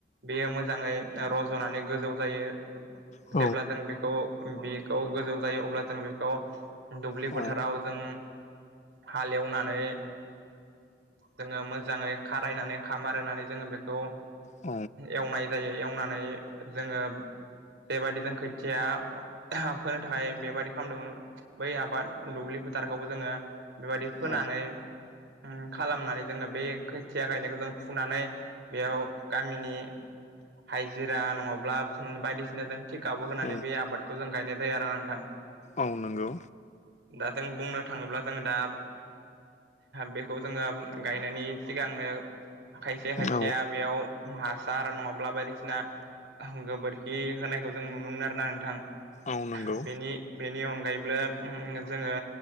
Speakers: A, on the right; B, on the left.
A: बेयो मोजाङै रज'नानै गोजौ जायो।
B: औ
A: जेब्ला जों बेखौ बेखौ गोजौ जायो अब्ला जों बेखौ। दुब्लि
B: औ
A: फोथाराव जों हालेवनानै जोङो मोजाङै खारायनानै खामार होननानै जोङो बेखौ
B: औ
A: एवनाय जायो एवनानै जोङो। जेबायदि जों खैथिया फोनो थाखाय बेबायदि खालामदोंमोन बै आबाद दुब्लि फोथार। खौबो जोङो बेबायदि फोनानै
B: औ
A: ओ खालामनानै जोङो बे खोथिया गायनायखौ जों फुनानै। बेयाव गामिनि हाइजिरा नङाब्ला <unintelligible> बायदिसिना जों थिकाबो होनानै
B: औ
A: बे आबादखौ जों गायनाय जायो आरो नोंथां।
B: औ नोंगौ
A: दा जों बुंनो थाङोब्ला जों दा बेखौ जोङो गायनायनि सिगांनो खायसे खायसेया
B: औ
A: बेयाव मास सार नङाब्ला बायदिसिना गोबोरखि होनायखौ जों नुनो मोन आरोना नोंथां।
B: औ नंगौ
A: बेनि बेनि अन ब्लो उम जोङो